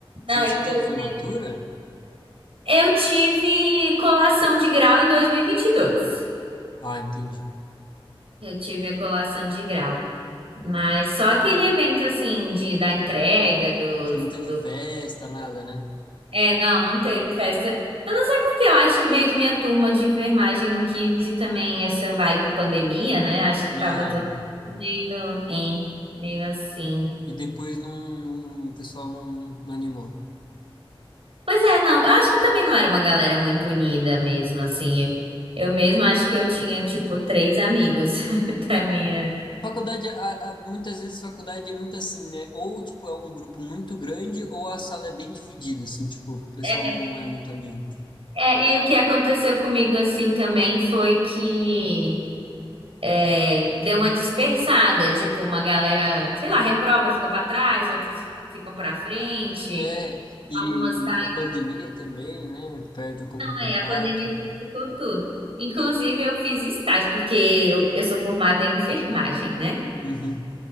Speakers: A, on the left; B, on the right.
A: Você,
B: Não,
A: você
B: inclusive,
A: teve formatura?
B: eu tive colação de grau em dois mil e e vinte e dois.
A: Ah, entendi.
B: Eu tive a colação de grau. Mas só aquele evento assim de da entrega dos
A: Você não teve
B: do...
A: festa, nada, né?
B: É, não, não teve festa. Eu não sei porque eu acho que meio que minha turma de enfermagem não quis e também essa vibe pandemia, né? Acho que
A: É,
B: tava todo meio, hein, meio assim.
A: e depois não, não- o pessoal não, não animou.
B: Pois é, não, eu acho que também não era uma galera muito unida mesmo, assim. Eu mesma acho que eu tinha tipo três amigos <laughs> da minha
A: Faculdade, a- a- muitas vezes faculdade é muito assim, né? Ou, tipo, é um grupo muito grande, ou a sala é bem dividida, assim, tipo, o pessoal
B: É,
A: não é muito amigo.
B: é, e o que aconteceu comigo assim também foi que é, deu uma dispersada, tipo, uma galera, sei lá, reprova, fica pra trás, outros ficam pra frente,
A: É, e
B: algumas caem.
A: a pandemia também, né? Perde um pouco o contato.
B: É, a pandemia ficou tudo. Inclusive, eu fiz estágio, porque eu, eu sou formada em enfermagem, né?
A: Uhum,